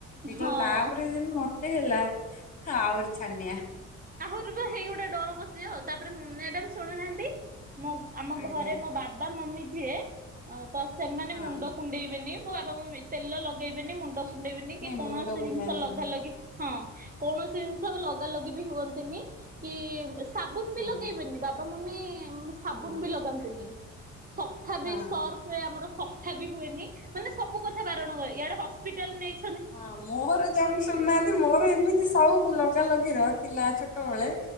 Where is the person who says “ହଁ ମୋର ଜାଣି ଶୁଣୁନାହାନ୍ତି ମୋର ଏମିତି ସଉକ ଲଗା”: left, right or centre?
Left